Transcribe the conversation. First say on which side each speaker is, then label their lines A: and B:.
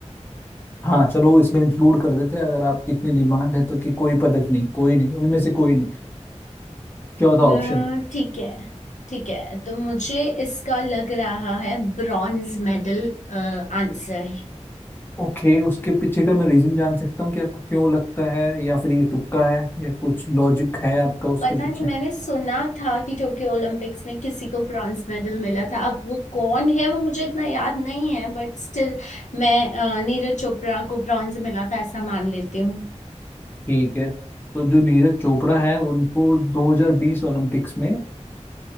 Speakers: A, on the left; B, on the left.
A: हाँ चलो इसमें इंक्लूड कर देते हैं अगर आपकी इतनी डिमांड है तो कि कोई पदक नहीं कोई नहीं उनमें से कोई नहीं
B: <laughs>
A: चौथा
B: अ,
A: ऑप्शन
B: ठीक है ठीक है तो मुझे इसका लग रहा है ब्रॉन्ज मेडल आंसर
A: ओके उसके पीछे का मैं रीजन जान सकता हूँ कि आपको क्यों लगता है या फिर ये तुक्का है या कुछ लॉजिक है आपका उसके
B: पता
A: पीछे
B: नहीं मैंने सुना था कि टोक्यो ओलंपिक्स में किसी को ब्रॉन्ज मेडल मिला था अब वो कौन है वो मुझे इतना याद नहीं है बट स्टिल मैं अ, नीरज चोपड़ा को ब्रॉन्ज मिला था ऐसा मान लेती हूँ
A: ठीक है तो जो नीरज चोपड़ा है उनको 2020 ओलंपिक्स में